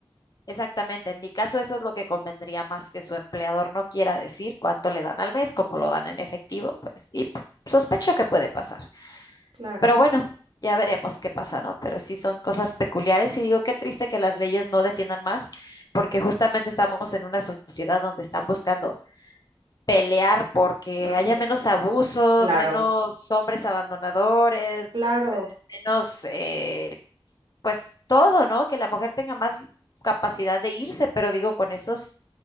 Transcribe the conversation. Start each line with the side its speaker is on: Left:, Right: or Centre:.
Left: Exactamente, en mi caso eso es lo que convendría más que su empleador no quiera decir cuánto le dan al mes, como lo dan en efectivo, pues, y p- sospecho que puede pasar.
Right: Claro.
Left: Pero bueno, ya veremos qué pasa, ¿no? Pero sí son cosas peculiares y digo, qué triste que las leyes no defiendan más, porque justamente estamos en una sociedad donde están buscando pelear porque
Right: Ujú,
Left: haya menos abusos,
Right: Claro,
Left: menos hombres abandonadores,
Right: claro,
Left: eh, menos eh, pues todo, ¿no? Que la mujer tenga más capacidad de irse, pero digo, con esos